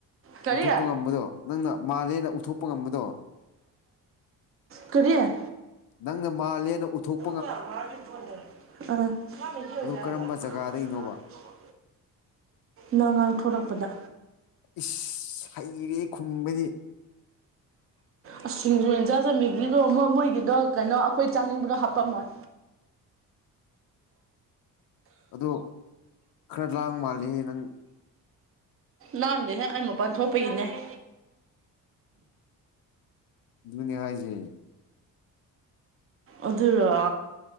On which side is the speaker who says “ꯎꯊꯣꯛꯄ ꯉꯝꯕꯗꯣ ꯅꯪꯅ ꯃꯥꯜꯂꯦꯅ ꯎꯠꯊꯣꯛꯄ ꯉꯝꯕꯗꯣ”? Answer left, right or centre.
Left